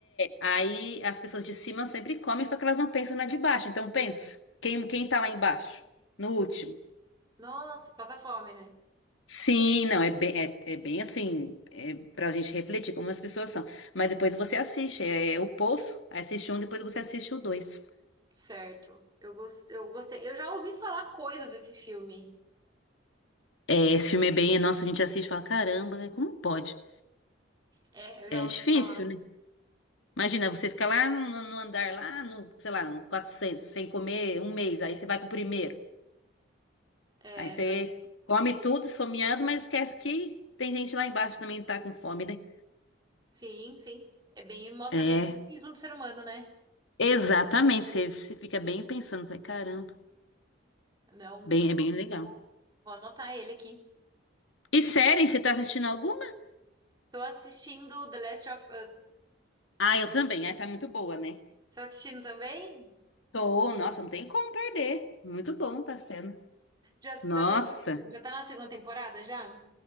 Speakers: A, on the left; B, on the right.
A: Aí as pessoas de cima sempre comem, só que elas não pensam na de baixo. Então pensa, quem, quem tá lá embaixo, no último.
B: Nossa, passa fome, né?
A: Sim, não, é bem, é, é bem assim, é pra gente refletir como as pessoas são. Mas depois você assiste, é, é o Poço, aí assiste um, depois você assiste o dois.
B: Certo. Eu, gos- eu gostei. Eu já ouvi falar coisas desse filme.
A: É, esse filme é bem, nossa, a gente assiste e fala, caramba, né, como pode?
B: É, eu já
A: É
B: ouvi
A: difícil,
B: falar.
A: né? Imagina, você fica lá no, no andar, lá no, sei lá, no 400 sem comer um mês, aí você vai pro primeiro.
B: É,
A: Aí você
B: não.
A: come tudo, esfomeado, mas esquece que tem gente lá embaixo que também tá com fome, né?
B: Sim, sim. É bem, mostra
A: É,
B: bem o egoísmo do ser humano, né?
A: exatamente, você, você fica bem pensando, fala, caramba,
B: Não, muito
A: bem,
B: bom.
A: é bem legal.
B: Vou, vou anotar ele aqui.
A: E série, você tá assistindo alguma?
B: Tô assistindo The Last of Us.
A: Ah, eu também. Ah, tá muito boa, né?
B: Tá assistindo também?
A: Tô, nossa, não tem como perder. Muito bom tá sendo.
B: Já,
A: Nossa.
B: já tá assistindo- já tá na segunda temporada já?